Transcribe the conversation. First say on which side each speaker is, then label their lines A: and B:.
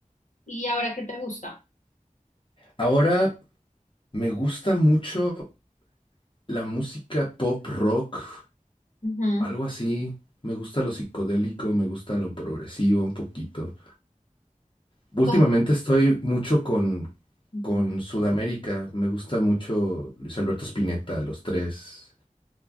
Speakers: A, on the left; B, on the left.
A: ¿Y ahora qué te gusta?
B: Ahora me gusta mucho la música pop rock,
A: Ujú.
B: algo así. Me gusta lo psicodélico, me gusta lo progresivo un poquito. Últimamente
A: ¿Cómo?
B: estoy mucho con,
A: Ujú.
B: con Sudamérica. Me gusta mucho Luis Alberto Spinetta, Los Tres.